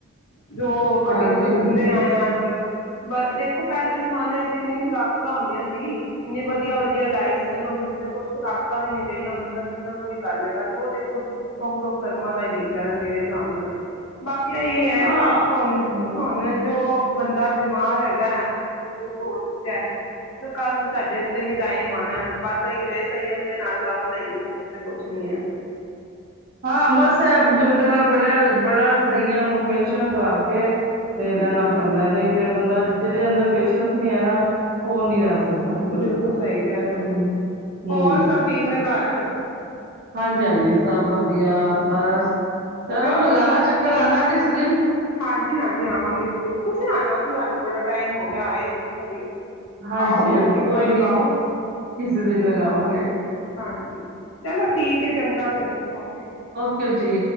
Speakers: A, on the left; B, on the right.
A: ਜੋ ਵੱਡਿਆਂ
B: ਹਾਂਜੀ
A: ਤੋਂ
B: ਹਾਂਜੀ
A: ਸੁਣਦੇ ਆਏ ਆਂ ਅੱਜ ਤੱਕ। ਬ ਦੇਖੋ ਪਹਿਲੇ ਜਮਾਨੇ ਚ ਤੇ ਇੰਨੀ ਖੁਰਾਕਾਂ ਹੁੰਦੀਆਂ ਸੀ ਇੰਨੀ ਵਧੀਆ- ਵਧੀਆ ਡਾਇਟਸ ਹੁਣ ਤੇ ਕੁਛ ਖੁਰਾਕਾਂ ਵੀ ਨੀ ਦੇਈਆਂ ਬੰਦਾ ਕਿੰਨਾ ਕੋਈ ਕਰ ਲਏਗਾ ਜੋ ਦੇਖੋ ਸੁੱਖ-ਦੁੱਖ ਦੋ ਕਰਮਾਂ ਦਾ ਹੀ ਲਿਖਿਆ ਮੇਰੇ ਹਿਸਾਬ ਨਾਲ ਤੇ ਬਾਕੀ ਇਹੀ ਹੈ।
B: ਹਾਂ
A: ਹੁਣ- ਹੁਣ ਜੋ ਬੰਦਾ ਬਿਮਾਰ ਹੈਗਾ ਜਾਂ ਬਜ਼ੁਰਗ ਹੋ ਚੁੱਕਾ ਸ ਕੱਲ ਨੂੰ ਸਾਡੇ ਉੱਤੇ ਵੀ ਟਾਈਮ ਆਉਣਾ ਬਸ ਇਹੀ ਹੋਏ ਸੰਯਮ ਦੇ ਨਾਲ ਕੰਮ ਲਈਏ ਹੋਰ ਤੇ ਕੁਛ ਨੀ ਐ।
B: ਹਾਂ ਬਸ ਹੈ ਬਜ਼ੁਰਗਾਂ ਨਾਲ ਬੜਿਆ ਬੜਾ ਸਹੀਅਮ ਪੇਸ਼ਨ ਰੱਖ ਕੇ ਤੇ
A: ਹਮ
B: ਰਹਿਣਾ ਪੈਂਦਾ ਨਹੀਂ ਤੇ ਬੰਦਾ ਜਿਹਦੇ ਅੰਦਰ ਪੇਸ਼ੈਂਸ ਨਹੀਂ ਹੈ ਨਾ ਉਹ ਨਹੀਂ ਰਹਿ ਸਕਦਾ ਬਜ਼ੁਰਗ
A: ਬਿਲਕੁਲ
B: ਦਾ
A: ਸਹੀ ਕਹਿ ਰਓ
B: ਹੂੰ ਹੂੰ
A: ਹੋਰ ਸਭ ਠੀਕ ਨੇ ਘਰ
B: ਹਾਂਜੀ -ਹਾਂਜੀ ਸਭ ਵ ਵਧੀਆ ਬਸ
A: ਚਲੋ
B: ਲਗਾਣਾ
A: ਠੀਕ
B: ਚੱਕਰ ਆਣਾ
A: ਹੈ
B: ਕਿਸੇ ਦਿਨ
A: ਹਾਂਜੀ -ਹਾਂਜੀ ਆਵਾਂਗੇ ਜ਼ਰੂਰ ਤੁਸੀਂ ਆਣਾ ਤੁਹਾਨੂੰ ਬੜਾ ਟਾਈਮ ਹੋ ਜਾਂ ਆਏ ਨੀ ਕਦੀ
B: ਹਾਂਜੀ
A: ਆਓ ਹੁਣ
B: ਹਾਂਜੀ
A: ਚੱਕਰ
B: ਕੋਈ ਨਹੀਂ
A: ਲਗਾਓ
B: ਕਿਸੇ ਦਿਨ ਲਗਾਵਾਂਗੇ
A: ਹਾਂਜੀ, ਚਲੋ ਠੀਕ ਹੈ ਚੰਗਾ ਫਿਰ ਓਕੇ
B: ਫਿਰ ਜੀ।